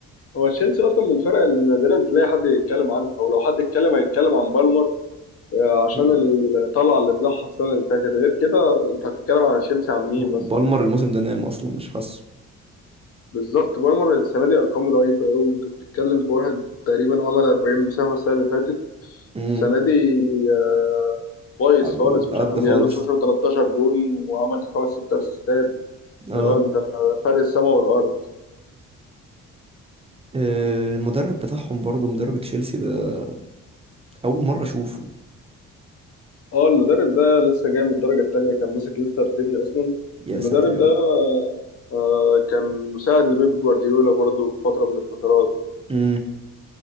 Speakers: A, on the left; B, on the right.
A: هو تشيلسي أصلا من الفرق اللي نادرا تلاقي حد يتكلم عنها ولو حد اتكلم هيتكلم عن بالمر آه، عشان
B: مم.
A: الطلعه اللي طلعها السنه اللي فاتت غير كده انت هتتكلم على تشيلسي عن مين مثلا
B: بالمر الموسم ده نام أصلا مش حاسه
A: بالظبط مارمر السنه دي ارقامه ضعيفه قوي انت بتتكلم في واحد تقريبا عمل 40 مساهمه السنه اللي فاتت
B: امم
A: السنه دي آه، بايظ
B: على
A: خالص مش
B: قد
A: عارف
B: خالص
A: جايب له 12 13 جول وعمل خمس ست اسيستات
B: اه
A: لو انت فرق السما والارض
B: آه، المدرب بتاعهم برضه مدرب تشيلسي ده أول مرة أشوفه
A: اه المدرب ده لسه جاي من الدرجه الثانيه كان ماسك ليستر سيتي اصلا
B: يا
A: المدرب
B: ساتر يا
A: ده
B: رب
A: آه، آه، كان مساعد لبيب جوارديولا برضه في فتره من الفترات
B: امم